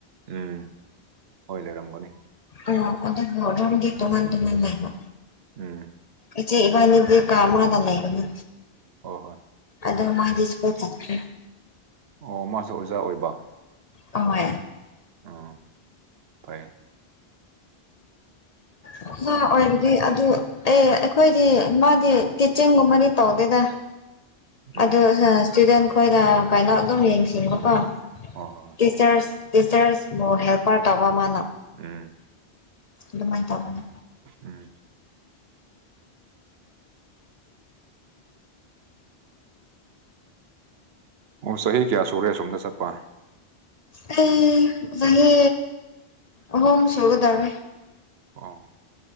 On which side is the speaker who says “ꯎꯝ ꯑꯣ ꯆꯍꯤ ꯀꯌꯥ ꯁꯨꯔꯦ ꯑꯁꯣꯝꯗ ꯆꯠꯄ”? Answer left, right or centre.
Right